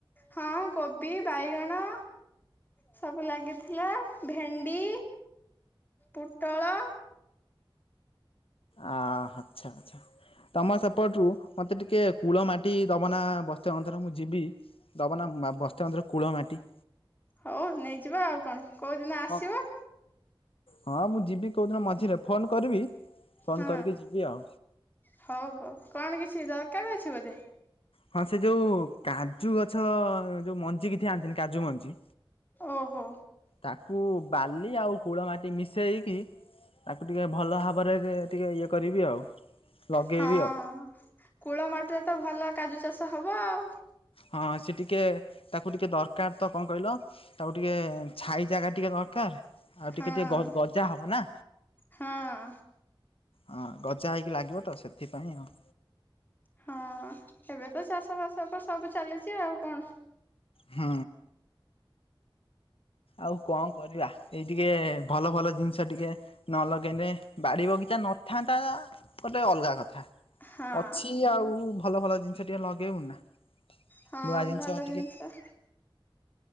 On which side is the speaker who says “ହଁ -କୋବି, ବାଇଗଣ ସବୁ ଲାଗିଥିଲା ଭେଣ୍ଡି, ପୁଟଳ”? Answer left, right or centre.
Left